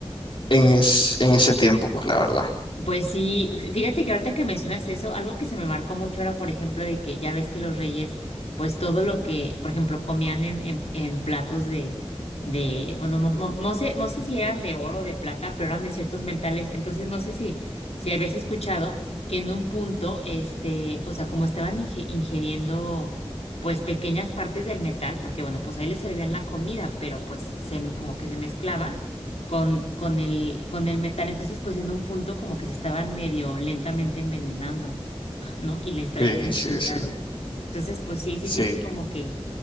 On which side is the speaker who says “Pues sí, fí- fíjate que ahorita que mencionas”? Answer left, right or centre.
Left